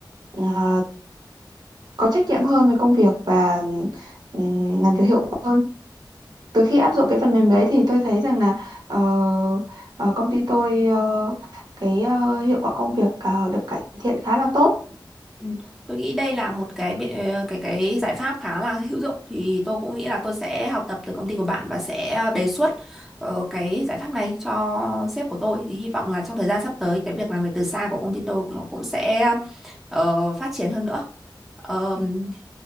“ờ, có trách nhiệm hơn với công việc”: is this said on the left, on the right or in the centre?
Right